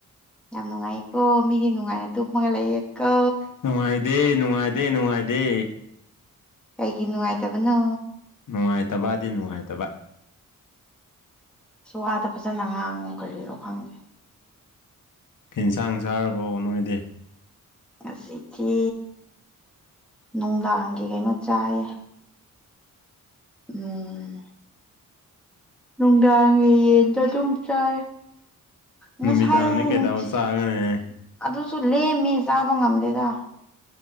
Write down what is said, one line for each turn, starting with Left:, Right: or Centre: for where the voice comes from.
Centre: ꯌꯥꯝ ꯅꯨꯡꯉꯥꯏꯌꯦꯀꯣ ꯃꯤꯗꯤ ꯅꯨꯡꯉꯥꯏꯅ ꯇꯨꯝꯃꯒ ꯂꯩꯌꯦꯀ
Left: ꯅꯨꯡꯉꯥꯏꯗꯦ ꯅꯨꯡꯉꯥꯏꯗꯦ ꯅꯨꯡꯉꯥꯏꯗꯦ
Centre: ꯀꯩꯒꯤ ꯅꯨꯡꯉꯥꯏꯇꯕꯅꯣ
Left: ꯅꯨꯡꯉꯥꯏꯇꯕꯗꯤ ꯅꯨꯡꯉꯥꯏꯇꯕ
Centre: ꯑꯁ ꯋꯥꯗꫭ ꯐꯖꯅ ꯉꯥꯡꯉꯨ ꯀꯔꯤꯔꯣ ꯐꯪꯗꯦ
Left: ꯌꯦꯟꯁꯥꯡ ꯆꯥꯔꯕꫭꯕ ꯅꯣꯏꯗꯤ
Centre: ꯉꯁꯤꯗꯤ ꯅꯨꯡꯗꯥꯡꯒꯤ ꯀꯩꯅꯣ ꯆꯥꯏꯌꯦ ꯎꯝ ꯅꯨꯡꯗꯥꯡꯒꯤꯌꯦꯟꯗꯨ ꯑꯗꯨꯝ ꯆꯥꯏꯌ‌ꯦ ꯉꯁꯥꯏ
Left: ꯅꯨꯃꯤꯗꯥꯡꯗꯤ ꯀꯩꯗꯧ
Centre: ꯅꯨꯡꯊꯤꯜ
Left: ꯆꯥꯒꯅꯤ
Centre: ꯑꯗꯨꯁꯨ ꯂꯦꯝꯃꯤ ꯆꯥꯕ ꯉꯝꯗꯦꯗꯥ